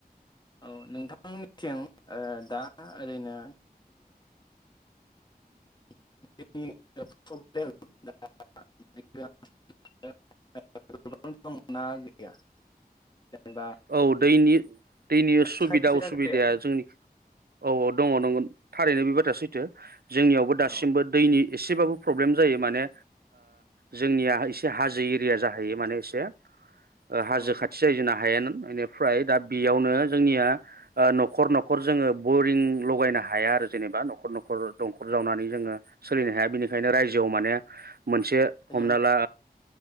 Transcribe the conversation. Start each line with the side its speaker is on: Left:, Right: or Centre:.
Left: औ नोंथांनिथिं दा ओरैनो <unintelligible> गोबां द मोनना गैया जेनेबा
Right: औ दैनि दैनि सुबिदा
Left: खायसे जायगायाव
Right: उसुबिदाया जोंनि औ औ दङ नंगौ। थारैनो बे बाथ्रा सैथो। जोंनियावबो
Left: औ
Right: दासिमबो दैनि एसेबाबो प्रब्लेम जायो माने जोंनिया एसे हाजो एरिया जाहैयो माने एसे हाजो
Left: औ
Right: खाथि जायो जोंना हायेन बेनिफ्राय दा बेयावनो जोंनिया न'खर न'खर जोङो बरिं लगायनो हाया आरो जेनेबा न'खर न'खर दंखर जावनानै जोङो सोलिनो हाया बिनिखायनो रायजोआव माने मोनसे
Left: हेल'
Right: हमना ला